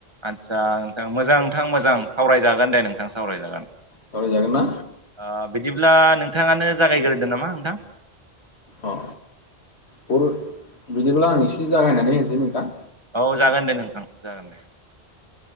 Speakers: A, on the right; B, on the left.
A: आदसा नोंथां मोजां नोंथां मोजां सावरायजागोन दे नोंथां सावरायजागोन।
B: सावराय जागोन ना?
A: ओ बिदिब्ला नोंथाङानो जागायग्रोदों नामा नोंथां।
B: अ बर' बिदिब्ला आं एसे जागायनानै होसै नोंथां।
A: औ जागोन दे नोंथां जागोन दे।